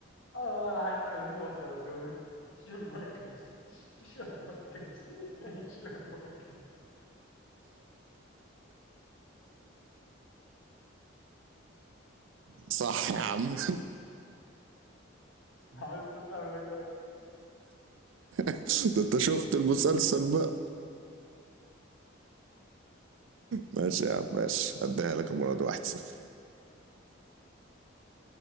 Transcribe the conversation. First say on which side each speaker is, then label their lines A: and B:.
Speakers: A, on the left; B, on the right.
A: اه انا اي نو وات يو ار دوينج شون مايكلز شون مايكلز شون مايكلز
B: صح يا عم
A: عارف انت بتعمل <laughs> ايه كويس
B: <laughs> ده انت شفت المسلسل بقى ماشي يا عم ماشي اديها لك المره دي 1-0